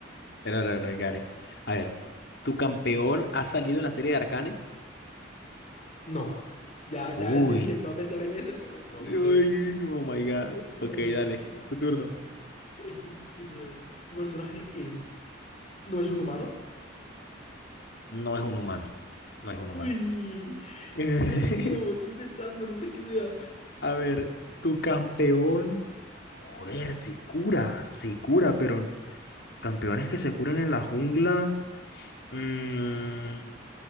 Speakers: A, on the left; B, on the left.
A: Pero no, no es Garen. A ver, ¿tu campeón ha salido en la serie de Arcane?
B: No, ya, ya
A: Uy.
B: yo dije, va a pensar en ese, pero no,
A: Uy,
B: no es ese.
A: oh my God.
B: Uy,
A: Ok,
B: a ver,
A: dale,
B: tú,
A: tu turno.
B: es que quiero saber, ¿tu personaje es, no es un humano?
A: No es un humano. No es un
B: Uy,
A: humano. <laughs>
B: Dios mío, estoy pensando, no sé qué sea.
A: A ver, tu campeón. Joder, se cura, se cura, pero campeones que se curan en la jungla. mm,